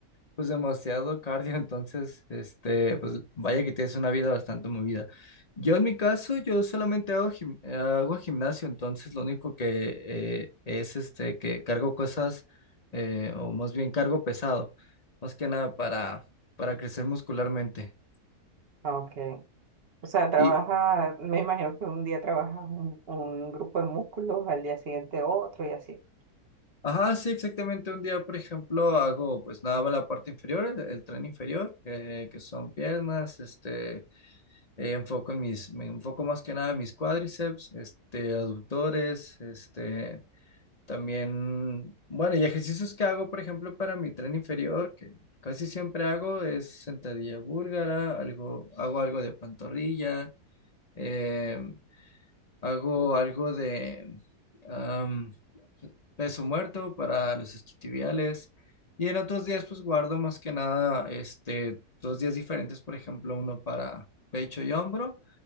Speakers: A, on the left; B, on the right.
A: pues demasiado cardio, entonces, este, pues vaya que tienes una vida bastante movida. Yo en mi caso, yo solamente hago, gim- eh, hago gimnasio, entonces lo único que eh, es este, que cargo cosas, eh, o más bien cargo pesado, más que nada para, para crecer muscularmente.
B: Ok. O sea, trabaja,
A: Y,
B: me imagino que un día trabajas un, un grupo de músculos, al día siguiente otro y así.
A: ajá, sí, exactamente, un día, por ejemplo, hago pues nada, más la parte inferior, el, el tren inferior, eh, que son piernas, este Eh, enfoco en mis, me enfoco más que nada en mis cuádriceps, este, aductores, este, también, bueno, y ejercicios que hago, por ejemplo, para mi tren inferior, que casi siempre hago es sentadilla búlgara, algo, hago algo de pantorrilla, eh, hago algo de am, peso muerto para los isquiotibiales, y en otros días, pues guardo más que nada, este, dos días diferentes, por ejemplo, uno para pecho y hombro